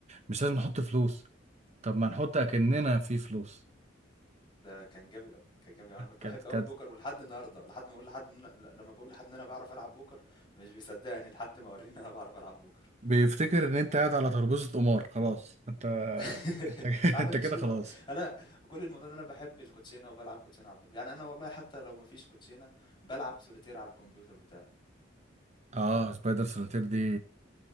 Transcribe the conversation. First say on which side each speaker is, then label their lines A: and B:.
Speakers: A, on the right; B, on the left.
A: مش لازم نحط فلوس طب ما نحط اكننا في فلوس
B: ده كان جامد قوي كان جامد أوي. انا كنت
A: كانت
B: بحب
A: كانت
B: قوي البوكر ولحد النهارده لحد ما اقول لحد إن أنا... ل- لما بقول لحد ان انا بعرف العب بوكر مش بيصدقني لحد ما اوريه ان انا بعرف العب بوكر
A: بيفتكر ان انت قاعد على ترابيزه قمار خلاص انت
B: <laughs>
A: انت <laughs>
B: انا
A: انت
B: مفيش
A: كده
B: كده
A: خلاص
B: والله انا كل الموضوع ان انا بحب الكوتشينه وبلعب كوتشينه على طول يعني انا والله حتى لو مفيش كوتشينه بلعب سوليتير على الكمبيوتر بتاعي
A: اه سبايدر سوليتير دي